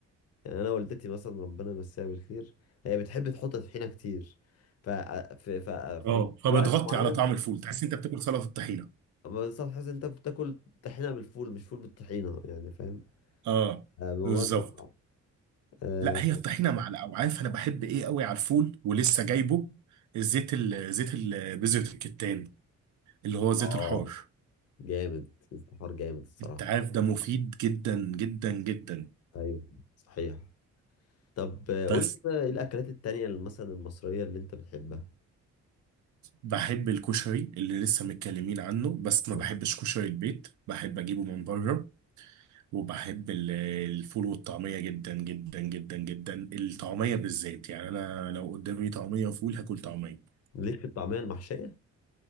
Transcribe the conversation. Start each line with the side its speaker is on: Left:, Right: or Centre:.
Left: يعني انا والدتي مثلا ربنا يمسيها بالخير هي بتحب تحط طحينه كتير ف في ف...
Right: اه
Left: في
Right: فبتغطي
Left: وقت معين
Right: على طعم الفول تحس انت بتاكل سلطه الطحينه
Left: بس تحس إن انت بتاكل طحينه بالفول مش فول بالطحينه يعني فاهم
Right: اه
Left: آه، الموضوع
Right: بالظبط
Left: بيبقى صعب اه
Right: لا هي الطحينه مع الاوعاف انا بحب ايه قوي على الفول ولسه جايبه الزيت ال- زيت ال- بذره الكتان اللي هو زيت
Left: آه،
Right: الحار
Left: جامد استفار جامد الصراحه
Right: انت عارف ده مفيد جدا جدا جدا
Left: ايوه صحيح طب آه، قول
Right: بس
Left: لي بقى ايه الاكلات التانية اللي مثلا المصريه اللي انت بتحبها
Right: بحب الكشري اللي لسه متكلمين عنه بس ما
Left: آه.
Right: بحبش كشري البيت بحب اجيبه من بره وبحب ال- الفول والطعميه جدا جدا جدا جدا الطعميه بالذات يعني انا لو قدامي طعميه وفول هاكل طعميه
Left: ليك في الطعميه المحشيه